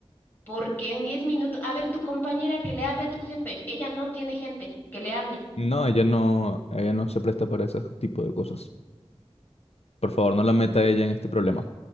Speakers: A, on the left; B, on the left.
A: ¿Por qué en 10 minutos? A ver, tu compañera que le hable a tu jefe. Ella no tiene gente. Que le hable.
B: No, ella no, ella no se presta para ese tipo de cosas. Por favor, no la meta a ella en este problema.